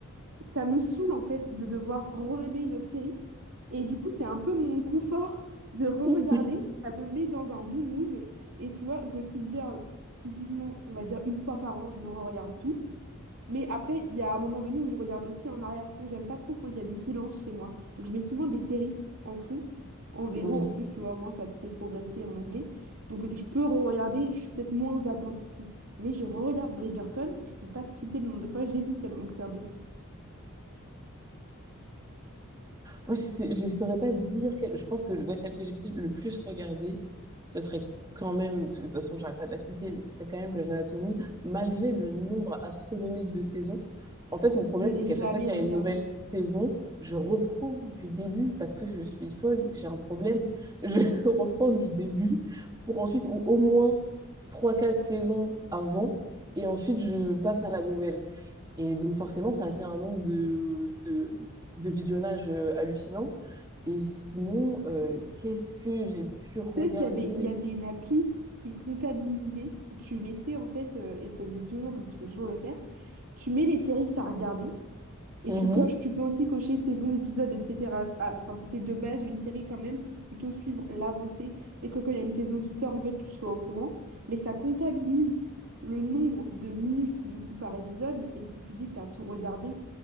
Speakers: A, on the right; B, on the right.
A: ça me saoule en fait de devoir re-aimer une autre série. Et du coup, c'est un peu mon confort <laughs> de re-regarder.
B: Hmm.
A: Ça me met dans un bon mood. Et tu vois, Gossip Girl, typiquement, on va dire une fois par an, je me re-regarde tout. Mais après, il y a un moment donné où je regarde aussi en arrière-fond. J'aime pas trop quand il y a du silence chez moi. Donc, je mets souvent des séries en fond, en VO.
B: Oui.
A: En plus, tu vois, au moins, ça te fait progresser en anglais. Donc, je peux re-regarder. Je suis peut-être moins attentive. Mais je re-regarde Bridgerton. Je peux pas te citer le nombre de fois que je l'ai vu tellement que c'est indécent.
B: Moi, je sais- saurais pas dire quelle. Je pense que ouais, celle que j'ai peut-être le plus regardée, ce serait quand même. parce que De toute façon, j'arrête pas de la citer, mais ce serait quand même Grey's Anatomy, malgré le nombre astronomique de saisons. En fait, mon problème,
A: Je n'ai
B: c'est qu'à
A: jamais
B: chaque fois qu'il
A: regardé.
B: y a une nouvelle saison, je reprends du début parce que je suis folle, j'ai un problème. Je <laughs> reprends du début pour ensuite, ou au moins trois quatre saisons avant, et ensuite je passe à la nouvelle. Et donc forcément, ça a fait un nombre de, de, de visionnages euh, hallucinant. Et sinon, euh, qu'est-ce que j'ai pu regarder?
A: Tu sais qu'il y avait, il y avait une appli qui comptabilisait. Tu mettais en fait, euh, et ça existe toujours, donc tu peux toujours le faire. Tu mets les séries que tu as regardées et
B: Mhm.
A: tu coches. Tu peux aussi cocher saison, épisode, etc. Ah, Enfin, c'était de base une série quand même pour plutôt suivre l'avancée et que quand il y a une saison qui sort, en fait, tu sois au courant. Mais ça comptabilise le nombre de minutes du coup par épisode. Et si tu dis que tu as tout regardé,